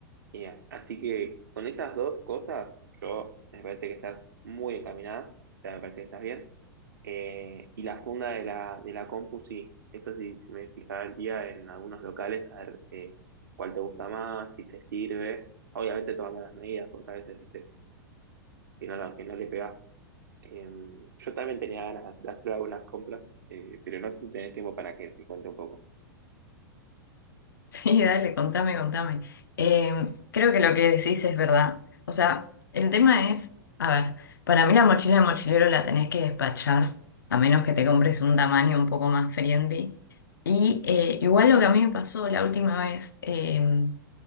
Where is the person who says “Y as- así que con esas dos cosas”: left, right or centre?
Right